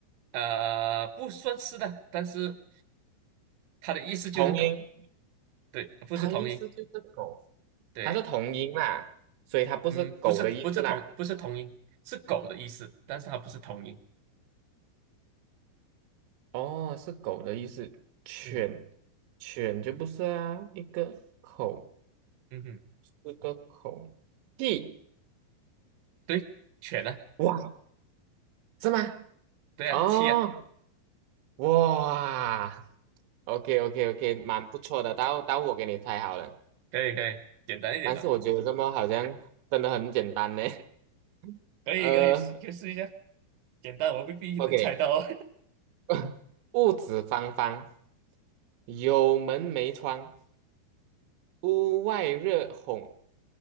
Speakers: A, on the right (about 85°); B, on the right (about 75°).
A: 呃，不算是的，但是它的意思就是狗，
B: 同音。
A: 对，不是同音，
B: 它意思就是狗，
A: 对，
B: 它是同音啦，所以它不是狗的意思啦。
A: 嗯，不是不是同不是同音，是狗的意思，但是它不是同音。
B: 哦，是狗的意思。犬，
A: 嗯
B: 犬就不是啊，一个口，
A: 嗯哼，
B: 一个口。屁，
A: 对，犬呢？
B: 哇，是吗？
A: 对啊，
B: 哦，
A: 七啊，
B: 哇，OK OK OK，蛮不错的。待会待会我给你猜好了，
A: <laughs> 可以可以，简单一点的，
B: 但是我觉得这么好像真的很简单呢。<laughs>
A: 可以可以试，
B: 呃
A: 可以试一下。简单，我未必能猜到。
B: ，OK，<coughs> <laughs> 屋子方方，有门没窗。屋外热烘，